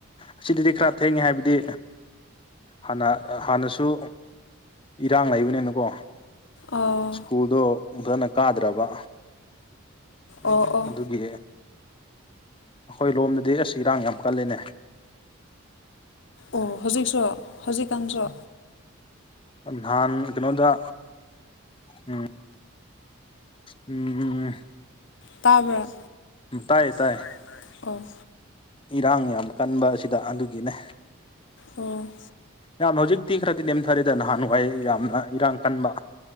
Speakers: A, on the left; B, on the left.
A: ꯑꯁꯤꯗꯗꯤ ꯈꯔ ꯊꯦꯡꯉꯦ ꯍꯥꯏꯕꯗꯤ ꯍꯥꯟꯅ ꯍꯥꯟꯅꯁꯨ ꯏꯔꯥꯡ ꯂꯩꯕꯅꯦꯅꯀꯣ
B: ꯑꯣ
A: ꯁ꯭ꯀꯨꯜꯗꯣ ꯐꯖꯅ ꯀꯥꯗ꯭ꯔꯕ
B: ꯑꯣ ꯑꯣ
A: ꯑꯗꯨꯒꯤ ꯑꯩꯈꯣꯏ ꯂꯣꯝꯗꯗꯤ ꯑꯁ ꯏꯔꯥꯡ ꯌꯥꯝ ꯀꯜꯂꯦꯅꯦ
B: ꯑꯣ ꯍꯧꯖꯤꯛꯁꯨ ꯍꯧꯖꯤꯛꯀꯥꯟꯁꯨ
A: ꯅꯍꯥꯟ ꯀꯩꯅꯣꯗ ꯎꯝ ꯎꯝ
B: ꯇꯥꯕ꯭ꯔꯥ
A: ꯇꯥꯏꯌꯦ ꯇꯥꯏꯌꯦ
B: ꯇꯥꯏ ꯇꯥꯏ ꯑꯣ
A: ꯏꯔꯥꯡ ꯌꯥꯝ ꯀꯟꯕ ꯑꯁꯤꯗ ꯑꯗꯨꯒꯤꯅꯦ
B: ꯑꯣ
A: ꯌꯥꯝ ꯍꯧꯖꯤꯛꯇꯤ ꯈꯔꯗꯤ ꯅꯦꯝꯊꯔꯦꯗ ꯅꯍꯥꯟꯋꯥꯏ ꯌꯥꯝꯅ ꯏꯔꯥꯡ ꯀꯟꯕ